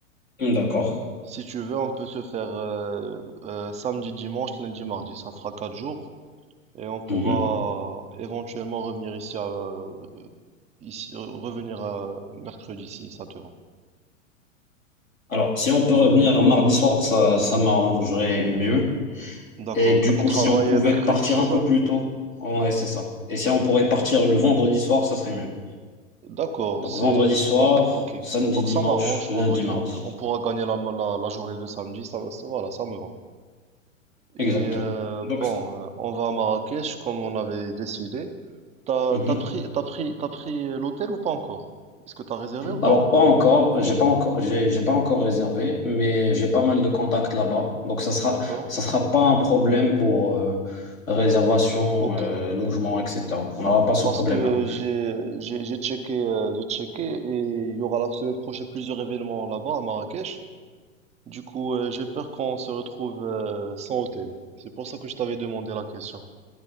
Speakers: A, on the left; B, on the right.
A: Hmm, D'accord.
B: Si tu veux, on peut se faire euh, euh, samedi, dimanche, lundi, mardi. Ça fera quatre jours et on pourra
A: Mhm.
B: éventuellement revenir ici, à, euh, ici euh, revenir euh, mercredi si ça te va.
A: Alors, si on peut revenir mardi soir, ça, ça m'arrangerait mieux.
B: D'accord,
A: Et du
B: t'as du
A: coup,
B: travail
A: si on pouvait
B: euh, mercredi,
A: partir
B: c'est
A: un
B: ça?
A: peu plus tôt, ouais, c'est ça. Et si on pourrait partir le vendredi soir, ça serait mieux.
B: D'accord,
A: Donc,
B: c'est...
A: vendredi soir,
B: Voilà, ok.
A: samedi,
B: Donc
A: dimanche,
B: ça m'arrange,
A: lundi,
B: vendredi,
A: mardi.
B: on, peut- on pourra gagner la, la, la journée de samedi, ça, ça- voilà, ça me va. Et
A: Exactement.
B: euh,
A: Donc,
B: bon, euh, on va à Marrakech comme on avait décidé. T'as,
A: ça.
B: t'as pris, t'as pris, t'as pris euh, l'hôtel ou pas encore? Est-ce que t'as réservé ou pas
A: Alors,
B: encore?
A: pas encore, j'ai pas encore, j'ai j'ai pas encore réservé, mais j'ai pas mal de contacts là-bas. Donc, ça sera,
B: D'accord,
A: ça sera pas un problème pour euh, réservation,
B: ok.
A: euh, logement, etc. On n'aura pas ce
B: Parce
A: problème-là.
B: que j'ai, j'ai, j'ai checké, euh, j'ai checké et il y aura la semaine prochaine plusieurs événements là-bas à Marrakech. Du coup, euh, j'ai peur qu'on se retrouve euh, sans hôtel. C'est pour ça que je t'avais demandé la question.